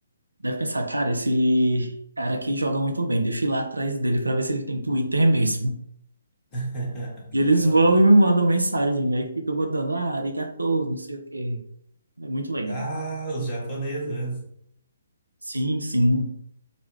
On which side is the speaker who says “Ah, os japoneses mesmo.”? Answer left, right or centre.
Left